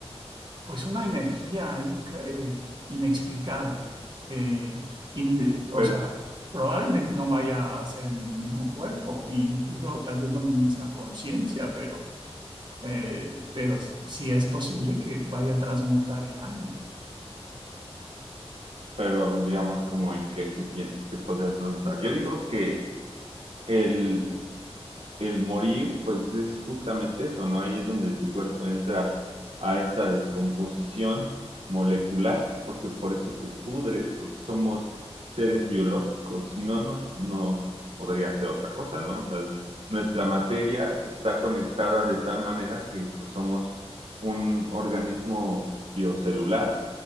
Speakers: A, on the right; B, on the right.
A: pues una energía ahí eh, inexplicable. eh, in- o
B: pero,
A: sea, probablemente no vaya a ser en mi mismo cuerpo, e incluso tal vez no mi misma conciencia, pero, eh, pero sí es posible que vaya a transmutar en algo.
B: pero digamos, como en que tú piensas que podrías remontar. Yo digo que el, el morir, pues es justamente eso, ¿no? Ahí es donde tu cuerpo entra a esta descomposición molecular, porque por eso te pudres, porque somos seres biológicos, si no, no, no podría ser otra cosa, ¿no? O sea, nuestra materia está conectada de tal manera que pues somos un organismo biocelular